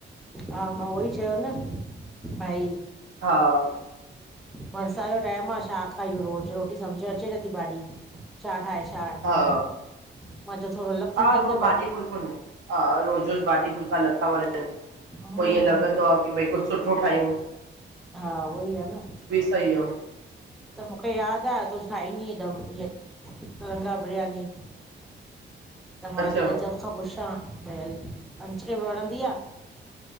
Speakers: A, in the centre; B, on the right (about 90°).
A: हा मां उहो ई चयो न भाई
B: हा
A: बरसाति जो टाइम आहे छा खाईयूं? रोज़ु रोटी सम्झ में अचे नथी भाॼी। छा ठाहे छा कयूं?
B: हा
A: मां चयो त थोड़ो अलग
B: हा
A: थींदो
B: रोज़
A: त
B: भाॼी फुल्को हा रोज़ु रोज़ु भाॼी फुल्का नथा वणनि
A: हम्म
B: पोइ ईअं लॻंदो आहे, की भई कुझु सुठो सुठो ठाहियू।
A: हा उहोई आहे न।
B: सही आह।
A: त मूंखे यादि आहे। तूं ठाहींदीअ त इअ तिरंगा बिरयानी। त मां
B: अच्छा
A: <unintelligible> पुछां? <unintelligible> वणंदी आह।